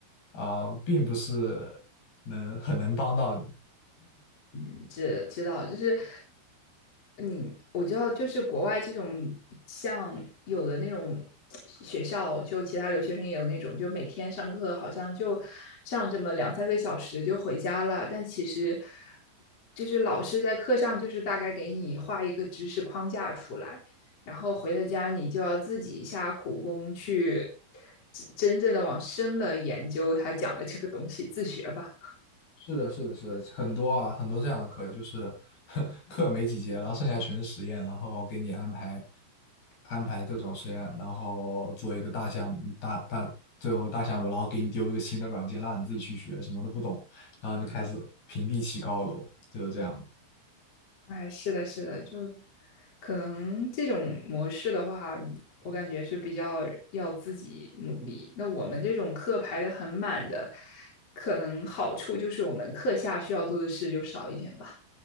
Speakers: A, on the left; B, on the left.
A: 啊、并不是能很能帮到你，
B: 嗯，知知道，就是你我知道，就是国外这种像有的那种学校，就其他留学生也有那种，就每天上课好像就上这么两三个小时就回家了，但其实就是老师在课上就是大概给你画一个知识框架出来，然后回了家你就要自己下苦功去真真正的往深了研究他讲的这个东西，自学吧。
A: 是的，是的，是的，很多啊，很多这样的课，就是 <laughs> 课没几节，然后剩下全是实验，然后给你安排安排各种实验，然后做一个大项目，大大最后大项目，然后给你丢一个新的软件，让你自己去学，什么都不懂，然后就开始平地起高楼，就是这样。
B: 哎，是的，是的，就可能这种模式的话，我感觉是比较要自己努力。那我们这种课排的很满的，可能好处就是我们课下需要做的事就少一点吧。